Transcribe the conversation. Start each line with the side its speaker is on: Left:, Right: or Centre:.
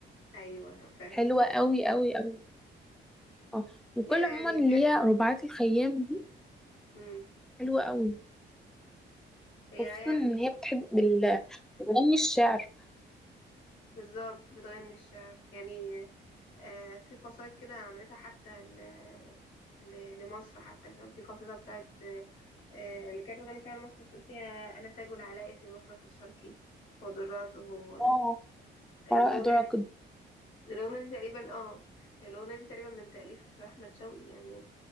Left: ايوه أنا فاهم
Centre: حلوة قوي قوي قوي اه وكل
Left: هي
Centre: عموما
Left: يعني
Centre: اللي
Left: ليها
Centre: هي رباعات الخيام دي
Left: امم
Centre: حلوة قوي
Left: هي
Centre: خصوصا
Left: يعني
Centre: ان هي بتحب ال- اغاني الشعر
Left: بالظبط بتغني الشعر يعني آه في قصايد كده عملتها حتى ل... ل... لمصر حتى كان في قصيده بتاعت آه آه، اللي كانت بتغني فيها لمصر بتقول فيها انا تاج العلاء في مفرق الشرقي ودراته آه،
Centre: اه
Left: الاغنيه
Centre: فرائض عقد
Left: دي الأغنية دي تقريبا اه الأغنية دي تقريبا من تأليف أحمد شوقي يعني